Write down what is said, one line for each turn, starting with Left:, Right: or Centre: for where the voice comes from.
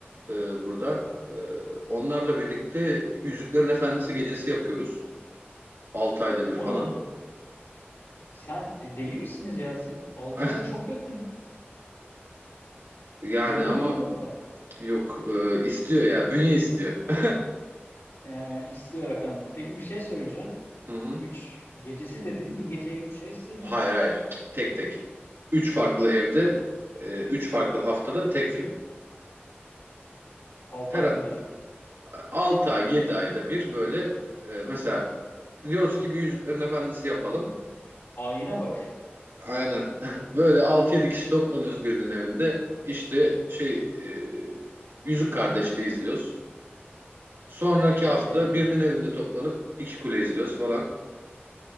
Right: e, burada. E, onlarla birlikte Yüzüklerin Efendisi gecesi yapıyoruz. 6 ayda bir
Left: Onu
Right: falan.
Left: sen e, deli misiniz ya siz? 6
Right: <laughs>
Left: ay çok yakın.
Right: Yani
Left: Yılda
Right: ama
Left: bir yapın bari.
Right: yok e, istiyor ya. Bünye istiyor. <laughs>
Left: Ee, istiyor efendim. Peki bir şey söyleyeceğim.
Right: Hı hı.
Left: Üç gecesi dedin. Bir geceye 3 şey sığmaz.
Right: Hayır hayır. Tek tek. Üç farklı evde, e, üç farklı haftada tek film.
Left: Altı
Right: Her
Left: ayda bir.
Right: 6 ay, 7 ayda bir böyle e, mesela diyoruz ki bir Yüzüklerin Efendisi yapalım.
Left: Ayine bak.
Right: Aynen. <laughs> Böyle altı yedi kişi toplanıyoruz birinin evinde. İşte şey e, Yüzük Kardeşliği izliyoruz. Sonraki
Left: Ee,
Right: hafta birinin evinde toplanıp iki kule izliyoruz falan.